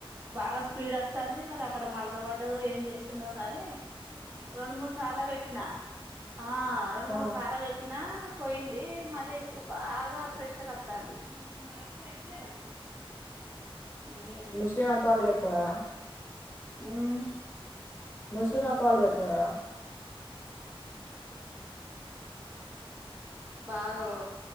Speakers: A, on the right; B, on the left.
A: బాగా స్పీడ్ ఆత్తంది మరి అక్కడ మల్గబడ్డ కూడా ఏం చేసిందో కానీ రెండు మూడు సార్లు పెట్టినా ఆహ్ రెండు
B: ఆ
A: మూడు సార పెట్టినా పోయింది మళ్ళీ ఇప్పుడు బాగా ప్రెషర్ మాల్కా ఎలేష హమ్
B: ముస్లిం అక్క వాళ్ళు పెట్టుకుంనారా
A: హమ్
B: ముస్లిం అక్క వాళ్ళు పేట్ కున్నారా
A: బాగావ